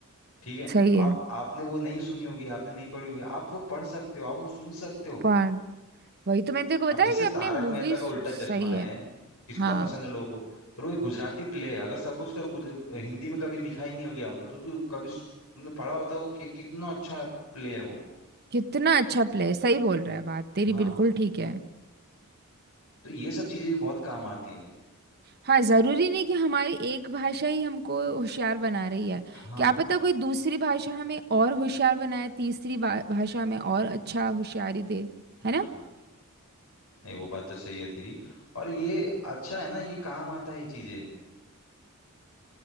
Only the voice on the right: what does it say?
सही है
पर वही तो मैंने तेरे को बताया
कि
अपने मूवीज
सही
है
हाँ
कितना अच्छा प्ले सही बोल रहा है बात तेरी
बिल्कुल ठीक है
हाँ जरूरी नहीं कि हमारी एक भाषा ही हमको होशियार बना रही है
क्या पता कोई दूसरी भाषा हमें और होशियार बनाए तीसरी बा- भाषा हमें और अच्छा होशियारी दे
है ना